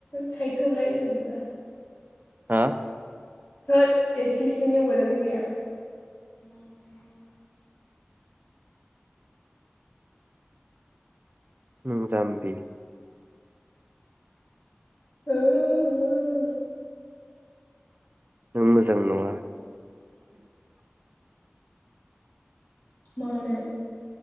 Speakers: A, on the left; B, on the right.
A: साइद होलाय होनलायदोब्रा
B: हा
A: थोद एस किसमिनि वदआनो गैया <inaudible>
B: नों जाम्बि
A: हो हो
B: नों मोजां नङा
A: मानो